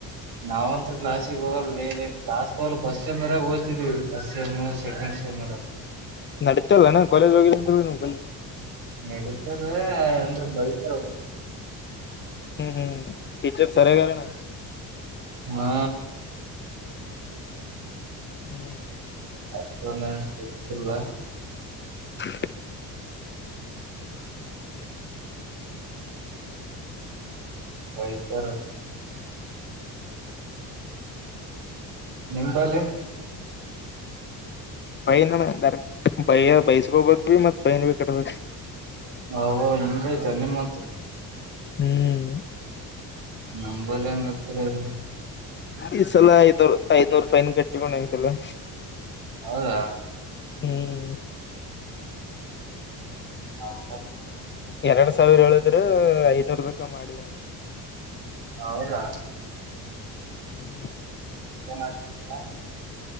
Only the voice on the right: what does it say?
ನಾವಂತ ಕ್ಲಾಸಿಗೆ ಹೋಗಲ್ಲ. ಡೈಲಿ ಕ್ಲಾಸ್ ತಗಲ್ಲ first ಮರಾಗ <unintelligible> ಓದ್ತಿದ್ವಿ first sem second sem
ನಡಿತದ ಅಂದ್ರೆ ಬೈತರ, -
ಹಾ,
ಷ್ಟ ಸಿಲ್ಲ <unintelligible>
ಬೈತಾರ, ನಿಂಬಲ್ಲಿ
ಹ ಹಿಂಗೈ್ತೆ ನಿಮ್ಮ ಹತ್ರ,
ನಂಬಲ್ಲಂಗತ್ರ <unintelligible>
ಹೌದಾ,
ಹ್ಮ ಹೌದ <inaudible>
ಹೌದಾ,
ಈಗ ಎನ್ ಅಸ್ಟಿಲ್ಲಾ,